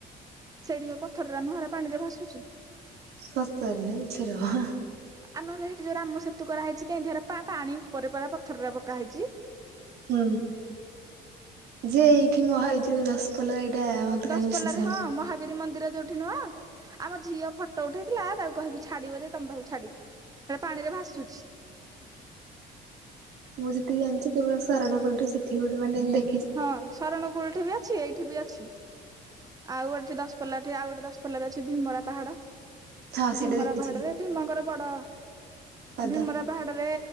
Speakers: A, on the right (about 20°); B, on the right (about 70°).
A: ସେଇଠି ଯୋଉ ପଥରୁର ନୁହଁ ହେରା ପାଣି ରେ ଭାସୁଛି।
B: ସତରେ ନା ମିଛରେ ବା ହା?
A: ଆ ନହେଲେ ହେଟି ଯୋଉ ରାମ ସେତୁ କରା ହେଇଚି କେଁତି ହେରା ପା ପାଣି ଉପରେ ପରା ପଥରରା ପକା ହେଇଚି।
B: ହୁଁ ଯିଏ ଏଇଠି ମ ଏହି ଯୋଉ ଦଶପଲା ଏଇଟା ମତେ
A: ଦଶପଲ୍ଲାରେ
B: କାହିଁ ବିଶ୍ୱାସ ହଉନି
A: ହଁ ମହାବୀର ମନ୍ଦିର ଯୋଉ ସେଠି ନୁହଁ ଆମ ଝିଅ ଫଟୋ ଉଠେଇଥିଲା ତାକୁ କହିବି ଛାଡିବ ଯେ ତମ ପାଖକୁ ଛାଡିବି। ହେରା ପାଣିରେ ଭାସୁଛି।
B: ମୁଁ ଯେତିକି ଜାଣିଛି କେବଳ ଶରଣକୁଳଠୁ ସେଠିକି ଗୋଟେ ମାନେ ଏମତି
A: ହଁ, ଶରଣକୁଳଠି ବି ଅଛି, ଏଇଠି ବି ଅଛି। ଆଉ ଗୋଟେ ଦଶପଲ୍ଲାଠେ ଆଉ ଗୋଟେ ଦଶପଲ୍ଲାରେ ଅଛି ବିମଳା ପାହାଡ।
B: ହଁ ସେଇଟା
A: ଭୀମରା
B: ଦେଖିଛି
A: ପାହାଡରେ ଭୀମଙ୍କର ବଡ,
B: ପାଦ
A: ଭୀମରା ପାହାଡରେ